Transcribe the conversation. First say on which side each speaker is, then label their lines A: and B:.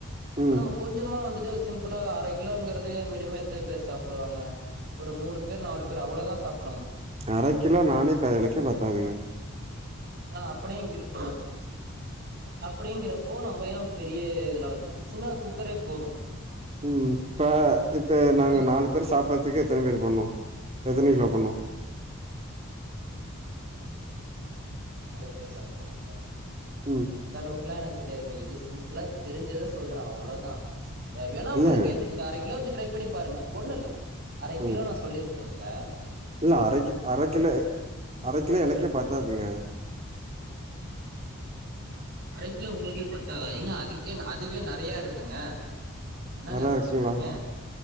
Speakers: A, on the right (about 45°); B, on the right (about 30°).
A: இப்ப
B: ம்
A: நம்ம கொஞ்சமா வந்துட்டு சிம்புளா அரை கிலோங்கிற வந்து மினிமம் எத்தனைபேர் சாப்பிடுவாங்க ஒரு மூணு பேர் நாலு பேர் அவ்வளவுதான் சாப்பிடு
B: அரை கிலோ நானே எனக்கே பத்தாதுங்க
A: ஆ அப்படிங்கிறப்ப அப்படிங்கிறப்போ நம்ம ஏன் பெரிய இதுல ஆகுச்சு சின்ன குக்கரே போதும்னு
B: உம் இப்ப இப்போ நாங்கள்
A: அந்த
B: நாலு
A: குக்
B: பேர் சாப்பிட்றதுக்கு எத்தனை பேர் பண்ணோம் எத்தனை கிலோ பண்ணோம்
A: நாலு பேர் சாப்பிடறதுக்கா
B: ம்
A: அந்த அளவுக்கு எனக்கு தெரியதுங்க இது சிம்பிளா தெரிஞ்சதை சொல்றன் அவ்வளவுதான் வேணா
B: இல்ல
A: உங்களுக்கு இந்த அரை கிலோ வச்சு ட்ரை பண்ணி பாருங்க ஒண்ணும்இல்ல அரை
B: ம்
A: கிலோ நான் சொல்லியிருக்கேன் இல்ல
B: இல்ல அரைக்கு அரை கிலோ அரை கிலோ எனக்கே பாத்தாதுங்க
A: அரைக்கிலோ உங்களுக்கே பத்தாதாங்கஏங்க அதுக்கே அதுவே நிறைய இருக்குங்க என்னங்க
B: நெறையா
A: இப்டி
B: இருக்குங்களா
A: சொல்றீங்க